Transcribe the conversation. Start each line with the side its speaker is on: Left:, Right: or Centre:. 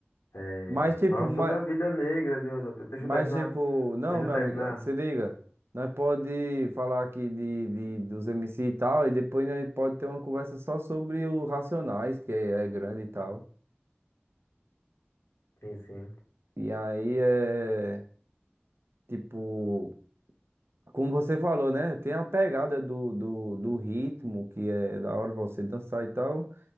Left: É,
Right: Mas, tipo,
Left: fala
Right: mas,
Left: sobre a vida negra, de- de- deixa
Right: Mas
Left: eu terminar,
Right: tipo, não,
Left: deixa
Right: meu
Left: eu terminar.
Right: amigo, se liga. Nós pode falar aqui de, de- dos MC e tal, e depois nós pode ter uma conversa só sobre os Racionais, que é, é grande e tal.
Left: Sim, sim.
Right: E aí é tipo, como você falou, né? Tem a pegada do, do, do ritmo, que é da hora pra você dançar e tal,